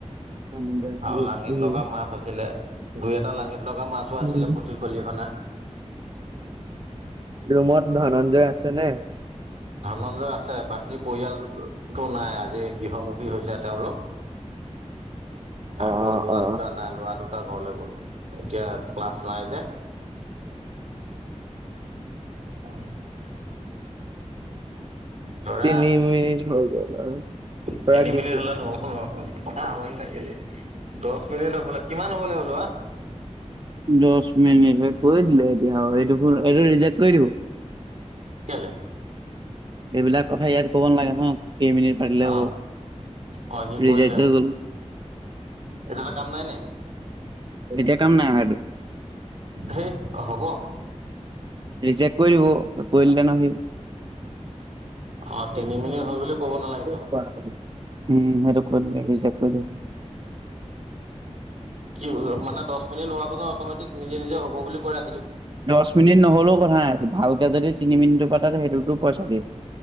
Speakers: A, on the right; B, on the right.
A: উম,
B: আৰু লাঙিত
A: উম,
B: লগা মাছ আছিলে, দুই এটা লাঙিত লগা মাছো
A: উম,
B: আছিলে পুঠি খলিহনা।
A: ৰুমত ধনঞ্জয় আছেনে।
B: ধনঞ্জয় আছে, বাকী পৰিয়ালটো নাই আজি গৃহমুখী হৈছে তেওঁলোক।
A: অ',
B: আকৌ
A: অ',
B: লোৱা
A: অ'।
B: দুটা নাই লোৱা দুট টা ঘৰলৈ গ'ল, এতিয়া ক্লাছ নাই যে। <inaudible> ধৰা,
A: তিনি মিনিট হৈ গ'ল আৰু
B: তিনি
A: খুৰাক দিছো।
B: মিনিট হলে নহব <inaudible> আমনি লাগিলেই। দশ কিমান হ'ব লাগে লৰা।
A: দশ মিনিট হৈ-, কৈয়ে দিলে এতিয়া আও এইটো ভূল, এইটো ৰিজেক্ট কৰি দিব।
B: কেলে?।
A: এইবিলাক কথা ইয়াত কব নালাগে ন। কেইমিনিট পাতিলে
B: অ
A: হ'ব।
B: অ সি
A: ৰিজেক্ট
B: কৰি দিলে আৰু
A: হৈ গল
B: এইটো এটা কাম নাই নে
A: এতিয়া কাম নাই আৰু
B: হেই অ হ'ব
A: ৰিজেক্ট কৰি দিব কৰি দিলে নহয়
B: অ তিনি
A: সি <unintelligible>
B: মিনিট হ'ল বুলি ক'ব নালাগিছে মানে
A: উম সেইটো কৰি দিব
B: কি মানে দহ মিনি হোৱাাছত অ'মেটিক নিজ নিজে হ' বুলি কৈ ৰা
A: দহ মিনিট নহলেও কথা নাই ভালকে যদি তিনি মিনিটটো পাতে সেইটো ৰূপচাৰী